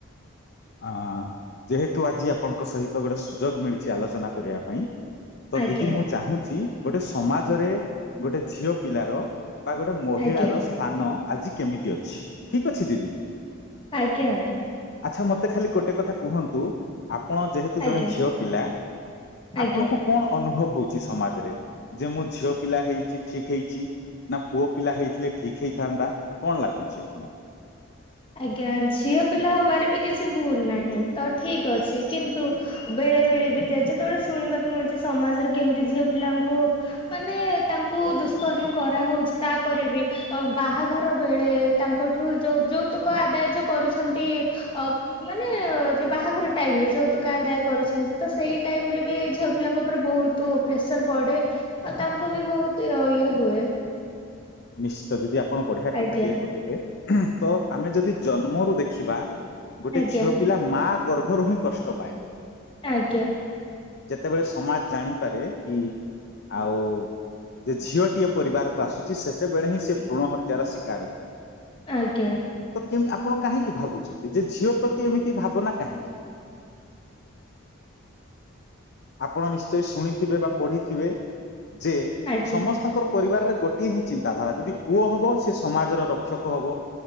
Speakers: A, on the left (about 55°); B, on the left (about 25°).
A: ଅ ଯେହେତୁ ଆଜି ଆପଣଙ୍କ ସହିତ ଗୋଟେ ସୁଯୋଗ ମିଳିଛି ଆଲୋଚନା କରିବା ପାଇଁ ତ
B: ଆଜ୍ଞା
A: ଦିଦି ମୁଁ ଚାହୁଁଛି। ଗୋଟେ ସମାଜରେ ଗୋଟେ ଝିଅ ପିଲାର ବା ଗୋଟେ ମହିଳା
B: ଆଜ୍ଞା
A: ର ସ୍ଥାନ ଆଜି କେମିତି ଅଛି ଠିକ ଅଛି ଦିଦି
B: ଆଜ୍ଞା ଆଜ୍ଞା
A: ଆଚ୍ଛା ମତେ ଖାଲି ଗୋଟେ କଥା କୁହନ୍ତୁ। ଆପଣ ଯେହେତୁ ଜଣେ
B: ଆଜ୍ଞା ଆଜ୍ଞା
A: ଝିଅ ପିଲା ଆପଣଙ୍କୁ
B: ଆଜ୍ଞା
A: କଣ ଅନୁଭବ? ହଉଛି ସମାଜରେ ଯେ ମୁଁ ଝିଅ ପିଲା ହେଇଛି ଠିକ ହେଇଛି ନା ପୁଅ ପିଲା ହେଇଥିଲେ ଠିକ ହେଇଥାନ୍ତା କଣ ଲାଗୁଛି ଆପଣ
B: ଆଜ୍ଞା ଝିଅ ପିଲା ହବାରେ ବି କିଛି ଭୁଲ ନାହିଁ ତ ଠିକ ଅଛି କିନ୍ତୁ ବେଳେ ବେଳେ ବି ଯେତେବେଳେ ଶୁଣିବାକୁ ମିଳୁଛି ସମାଜରେ କେମିତି ଝିଅ ପିଲାଙ୍କୁ ମାନେ ତାଙ୍କୁ ଦୁଷ୍କର୍ମ କରାହଉଛି ତାପରେ ବି ବାହାଘର ବେଳେ ତାଙ୍କଠୁ ଯୋଉ ଯୋଉ ତ ଆଦାୟ ଯୋଉ କରୁଛନ୍ତି ଅ ମାନେ ଯୋଉ ବାହାଘର ଟାଇମ ରେ ଯୋୌତୁକ ଆଦାୟ କରୁଛନ୍ତି ତ ସେଇ ଟାଇମ ରେ ବି ଝିଅ ପିଲାଙ୍କ ଉପରେ ବହୁତ ପ୍ରେସର ପଡେ ଆଉ ତାଙ୍କୁ ବି ବହୁତ ଇଏ ହୁଏ।
A: ନିଶ୍ଚିତ ଯେଦଆ ଆପଣ ବଢିଆ କଥାଟିିକେ
B: ଆଜ୍ଞା
A: କହିଲେ ତ ଆମେ ଯଦି ଜନ୍ମରୁ ଦେଖିବା ଗୋଟେ
B: ଆଜ୍ଞା
A: ଝିଅ ପିଲା ମା ଗର୍ଭରୁ ହିଁ କଷ୍ଟ ପାଏ।
B: ଆଜ୍ଞା
A: ଯେତେବେଳେ ସମାଜ ଜାଣିପାରେ କି ଆଉ ଯେ ଝିଅଟିଏ ପରିବାରକୁ ଆସୁଛି ସେ ସେତେବେଳେ ହିଁ ସେ ଭ୍ରୂଣ ହତ୍ୟାର ଶିକାର ହୁଏ।
B: ଆଜ୍ଞା
A: ତ କେ ଆପଣ କାହିଁକି ଭାବୁଛନ୍ତି ଯେ ଝିଅ ପ୍ରତି ଏମିତି ଭାବନା କାହିଁକି ଆପଣ ନିଶ୍ଚୟ ଶୁଣିଥିବେ ବା ପଢିଥିବେ। ଯେ
B: ଆଜ୍ଞା
A: ସମସ୍ତଙ୍କର ପରିବାରରେ ଗୋଟିଏ ଚିନ୍ତାଧାରା ଯଦି ପୁଅ ହବ ସେ ସମାଜର ରକ୍ଷକ ହବ